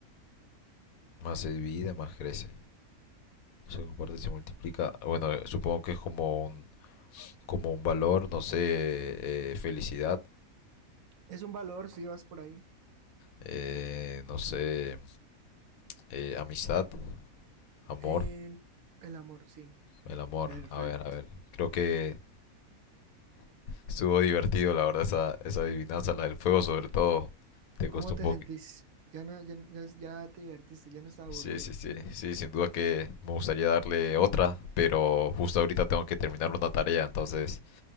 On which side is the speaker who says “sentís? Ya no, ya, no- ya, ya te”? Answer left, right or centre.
Right